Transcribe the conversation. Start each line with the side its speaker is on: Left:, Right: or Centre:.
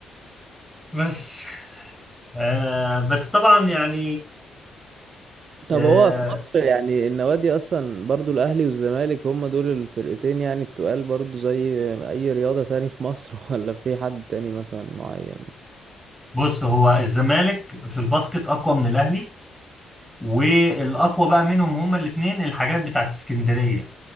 Centre: بس آه بس طبعا يعني آه
Right: طب هو في مصر يعني النوادي اصلا برضو الاهلي والزمالك هم دول الفرقتين يعني التقال برضو زي اي رياضة تاني في مصر <laughs> ولا في حد تاني مثلا معين
Centre: بص هو الزمالك في الباسكت أقوى من الأهلي والاقوى بقى منهم هما الاثنين الحاجات بتاعت اسكندريه